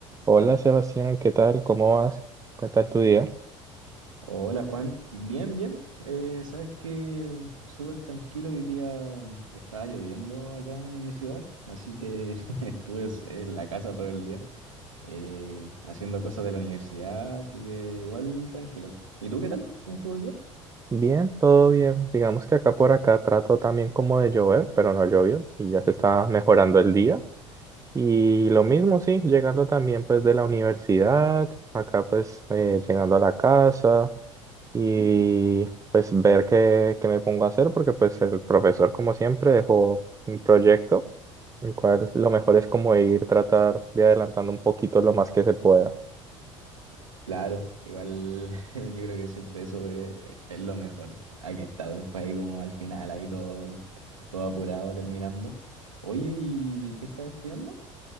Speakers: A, on the right; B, on the right.
A: Hola Sebastián, ¿qué tal? ¿Cómo vas? ¿Qué tal tu día?
B: Hola Juan, bien, bien. Eh, sabes que súper tranquilo, hoy día estaba lloviendo acá en mi ciudad, así que <laughs> estuve en la casa todo el día eh, haciendo cosas de la universidad, así que igual tranquilo. ¿Y tú qué tal? ¿Cómo estuvo el día?
A: Bien, todo bien. Digamos que acá por acá trato también como de llover, pero no llovió y ya se está mejorando el día. Y lo mismo, sí, llegando también pues de la universidad, acá pues eh, llegando a la casa y pues ver qué, qué me pongo a hacer porque pues el profesor como siempre dejó un proyecto, el cual
B: Oh.
A: lo mejor es como ir tratar de adelantando un poquito lo más que se pueda.
B: Claro, igual <laughs> yo creo que siempre eso es, es- lo mejor, hay que estar después ahí como al final, ahí todo, todo apurado terminando. Oye, ¿y qué estás estudiando?